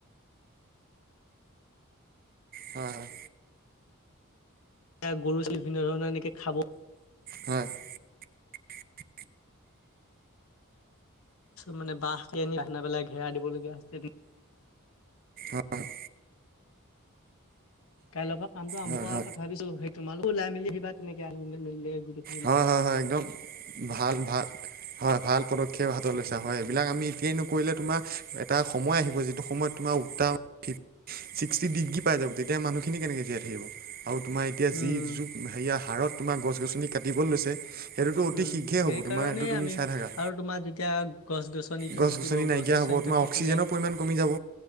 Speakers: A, on the right; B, on the left.
A: হয়, হয়।
B: এয়া গৰু বিভিন্ন ধৰণৰ এনেকে খাব।
A: হয় <unintelligible>
B: মানে বাহ আ খা পেলাই ঘেৰা দিবলগীয়া
A: আহ <unintelligible>
B: কাইলৈৰ পৰা কামটো আম
A: হয়
B: কৰা
A: হয়
B: কথা ভাবিছো সেই তোমালোক ওালাই মেলি আহিবা তেনেকে গ <unintelligible>
A: হয়, হয় একদম ভাল, ভাল। হয় ভাল পদক্ষেপ হাতত লৈছা হয় এইবিলাক আমি এতিয়াই নকৰিলে তোমাৰ এটা সময় আহিব যিটো সময়ত তোমাৰ উঠ <unintelligible> ছিক্সটি ডিগ্ৰী পাই যাব তেতিয়া মানুহখিনি কেনেকৈ জীয়াই থাকিব আৰু তোমাৰ এতিয়া
B: উম
A: যি যোৰ সেয়া হাৰত তোমাৰ গছ গছনি কাটিব লৈছে সেইটোতো অতি
B: উম
A: শীঘ্ৰেই
B: সেইকাৰণে
A: হ'ব তোমাৰ এইটো তুমি
B: আমি
A: চাই থাকা
B: আৰু তোমাৰ যেতিয়া গছ গছনিটো
A: গছ
B: থাকিব
A: গছনি নাইকিয়া
B: গছ গছনিটো
A: হ'ব তোমাৰ
B: থাকিলে
A: অক্সিজেনৰ পৰিমাণ কমি যাব